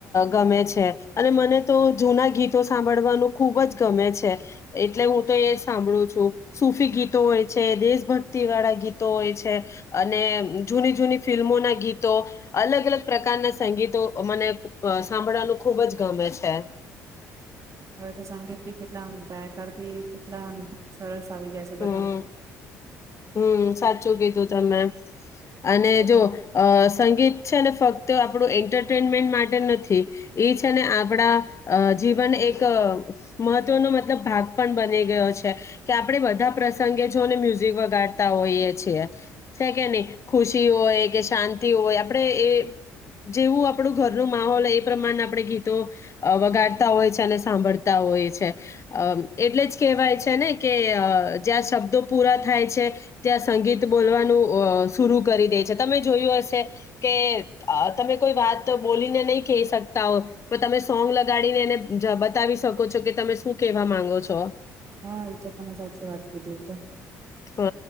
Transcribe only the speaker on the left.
ગમે છે અને મને તો જૂના ગીતો સાંભળવાનું ખૂબ જ ગમે છે એટલે હું તો એ જ સાંભળું છું સફી ગીતો હોય છે દેશભક્તિ વાળા ગીતો હોય છે અને જૂની જૂની ફિલ્મોના ગીતો અલગ અલગ પ્રકારના સંગીતો મને સાંભળવાનું ખૂબ જ ગમે છે
હમ
હમ સાચું કીધું તમે અને
જો સંગીત છે ને ફક્ત આપણું એન્ટરટેનમેન્ટ માટે નથી એ છે ને આપણા જીવન એક મહત્વનો મતલબ ભાગ પણ બની ગયો છે કે આપડણે બધા પ્રસંગે જોને મ્યુઝિક વગાડતા હોઈએ છીએ છે કેને ખુશી હોય કે શાંતિ હોય આપણે એ જેવું આપણું ઘર ન માહોલ એ પ્રમાણે આપણે ગીતો વગાડતા હોય છે અને સાંભળતા હોય છે એટલે જ કેહેવાય છે ને કે જ્યાં શબ્દો પૂરા થાય છે ત્યાં સંગીત બોલવાનું શરુ કરી દે છે તમે જોયું હશે કે તમે કોઈ વાત બોલીને નહી કહી શકતા હો તો તમે સોંગ લગાડીને એને બતાવી શકો છો કે તમે શું કેહેવા માંગો છો
હ